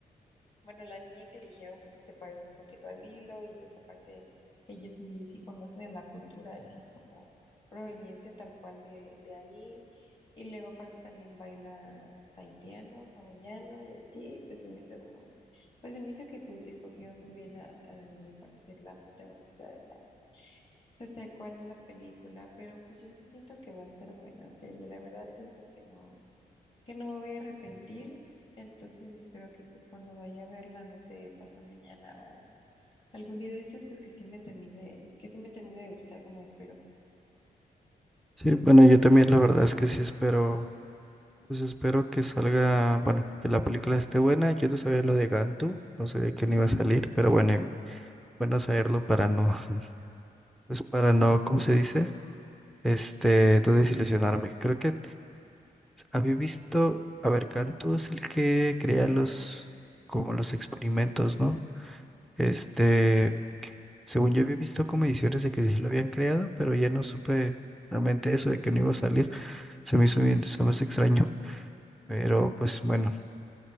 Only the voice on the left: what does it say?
bueno, la niña que eligieron pues sí se parece un poquito al hilo y pues aparte ella sí, sí conoce la cultura y sí es como proveniente tal cual de, de ahí. Y luego aparte también baila tahitiano, hawaiano y así, pues se me hizo como, pues se me hizo que pues, escogieron muy bien a, a la niña para ser la protagonista de la, pues tal cual de la película, pero pues yo sí siento que va a estar buena, o sea, yo la verdad siento que no que no me voy a arrepentir. Entonces espero que pues cuando vaya a verla, no sé, pasa mañana o algún día de estos, pues que sí me termine, que sí me termine de gustar como espero.